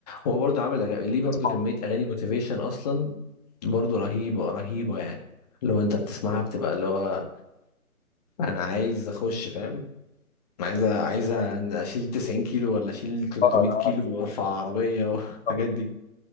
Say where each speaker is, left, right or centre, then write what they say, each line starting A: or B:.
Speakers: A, on the left; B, on the left.
A: هو برضو عامل أغ... ليه برضو
B: آه،
A: كمية أغاني موتيفيشن أصلا برضو رهيبة رهيبة يعني لو أنت بتسمعها بتبقى اللي هو أنا عايز أخش فاهم انا عايزه عايزه اشيل 90 كيلو ولا اشيل 300
B: آه،
A: كيلو وارفع عربيه والحاجات
B: آه.
A: <laughs> دي